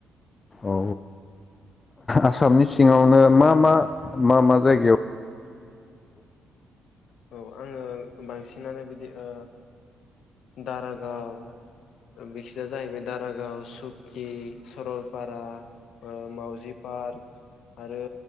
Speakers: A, on the left (about 35°); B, on the left (about 70°).
A: औ आसामनि सिङावनो मा मा मा मा जायगायाव
B: औ आङो बांसिनानो बिदि ओ दारागाव बिसिया जाहैबाय दारागाव सुकि सरलपारा ओ मावजि पार्क आरो